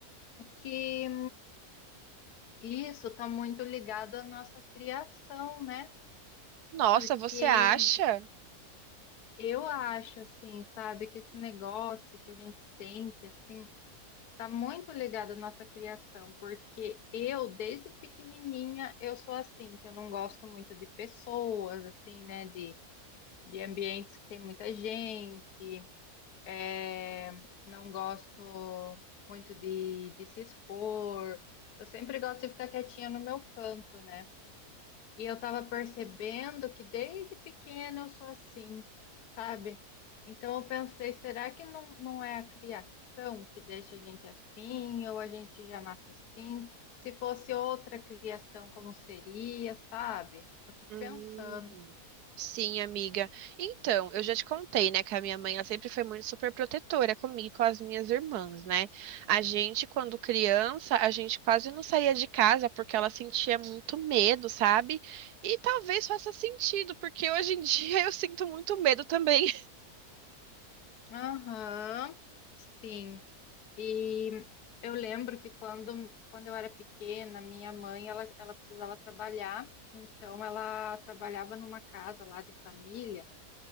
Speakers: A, on the left; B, on the right.
A: que isso tá muito ligado à nossa criação, né?
B: Nossa,
A: Porque
B: você acha?
A: Eu acho, assim, sabe, que esse negócio que a gente sente, assim, tá muito ligado à nossa criação, porque eu, desde pequenininha, eu sou assim, que eu não gosto muito de pessoas, assim, né, de, de ambientes que tem muita gente, é, não gosto muito de, de se expor, eu sempre gosto de ficar quietinha no meu canto, né? E eu tava percebendo que desde pequena eu sou assim sabe? Então eu pensei, será que não, não é a criação que deixa a gente assim, ou a gente já nasce assim? Se fosse outra criação, como seria, sabe? Eu fico
B: Hum,
A: pensando.
B: Sim, amiga. Então, eu já te contei, né, que a minha mãe, ela sempre foi muito super protetora comigo e com as minhas irmãs, né? A gente, quando criança, a gente quase não saía de casa porque ela sentia muito medo, sabe? E talvez faça sentido, porque hoje em <laughs> dia eu sinto muito medo também.
A: Aham, sim. E eu lembro que quando, quando eu era pequena, minha mãe, ela, ela precisava trabalhar, então ela trabalhava numa casa lá de família.